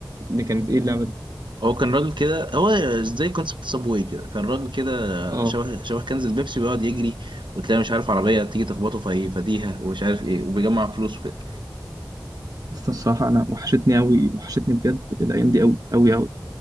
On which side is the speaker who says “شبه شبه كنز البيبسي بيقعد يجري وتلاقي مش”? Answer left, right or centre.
Right